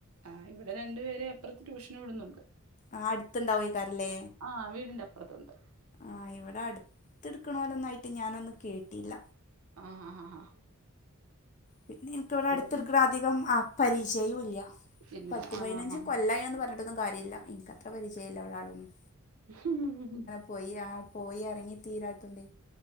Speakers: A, on the right (about 70°); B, on the left (about 35°).
A: ആഹ് ഇവിടെ രണ്ടു പേരെ അപ്പുറത്ത് ട്യൂഷൻ വിടുന്നുണ്ട്.
B: ആഹ് അടുത്ത് ണ്ടായിക്കാരല്ലേ
A: ആഹ് വീടിന്റെ അപ്പുറത്തുണ്ട്.
B: ആഹ് ഇവിടെ അടുത്തെടുക് ണോ ലന്നായിട്ട് ഞാനൊന്ന കേട്ടില്ല.
A: ആഹ ആാ ആാ ആാ
B: പിന്നെ ഇക്ക് ഇവിടെ അടുത്തട്ക്നൊലേ
A: പിന്നെ
B: അധികം പരിചയും ഇല്ല.
A: ഇല്ല.
B: പത്ത് പതിനഞ്ച്
A: ആഹ്.
B: കൊല്ലായന്ന് പറഞ്ഞിട്ടൊന്നും കാര്യമില്ല എനക്കത്ര പരിചയല്ലഇവിടെ ആളെന്നും
A: ഉഹ് ഹ്
B: പോയി ആ പോയി ഇറങ്ങി തീരാത്തുണ്ടെ